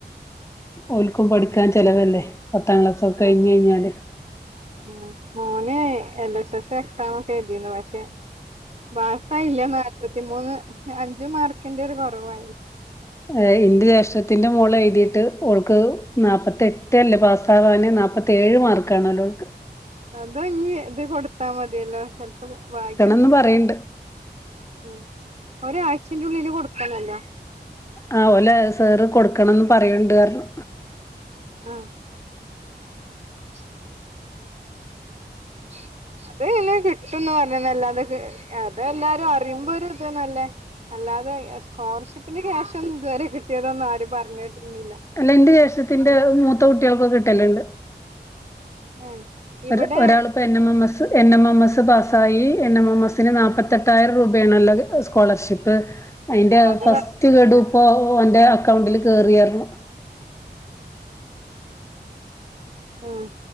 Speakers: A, on the left; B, on the right.
A: ഒല്ക്കും പഠിക്കാൻ ചെലവല്ലേ? പത്താം ക്ലാസൊക്കെ കഴിഞ്ഴിഞ്ഞാല്
B: ഉം ഉം മോന് എൽ എസ് എസ് എക്സാമൊക്കെ എഴുതിന്ന് പക്ഷെ പാസ്സായില്ല നാല്പത്തിമൂന്ന് അഞ്ചു മാർക്കിന്റെ ഒരു കൊറവായി
A: അതെ ഇന്റെ ജേഷ്ട്ടത്തിന്റെ മോള് എഴുതിയിട്ട് ഓൾക്ക് നാല്പത്തി എട്ടല്ലേ പാസ്സവാന് നാപ്പ ത്തേഴ് മാർക്കാണോലോ ഓൾക്.
B: അത് ഇഞ്ഞ് ഇത് കൊടുത്താ മതിയല്ലോ ചെൽപ്പോ ഭാഗ്യം
A: ന്നും പറയണ്ട്
B: ഉം ഒരാഴ്ച്ചന്റെ ഉള്ളില് കൊടുക്കണല്ലോ
A: ആഹ് ഓലെ സാറ് കൊടുക്കണംന്ന് പറയ്ണ്ട് പറഞ്ഞു.
B: ആഹ് <inaudible> <inaudible> അത് പിന്നെ കിട്ടുംന്ന് പറഞ്ന്നല്ലാതെ അത് എല്ലാരും അറിയുമ്പോ ഒരു ഇത് ന്നല്ലേ അല്ലാതെ സ്കോളർഷിപ്പിന്റെ ക്യാഷ് ഒന്നും ഇതുവരെ കിട്ടിയതൊന്നും ആരും പറഞ്ഞേട്ടിണില്ല.
A: അല്ല എന്റെ ജേഷ്ടത്തിന്റെ മൂത്ത കുട്ട്യാൾക്കൊക്കെ കിട്ടല്ണ്ട്
B: ഉം ഇവിടെ
A: ഒര് ഒരാളിപ്പൊ N M M S N M M S പാസ്സായി എൻ എം എം എസിന് നാൽപ്പത്തെട്ടായിരം രൂപേണ്ള്ളത് സ്കോളർഷിപ്പ് അയിന്റെ
B: അത്
A: ഫസ്റ്റ് ഗഡുപ്പോ ഓന്റെ അക്കൗണ്ടിൽ കേറിപറഞ്ഞു
B: ഉം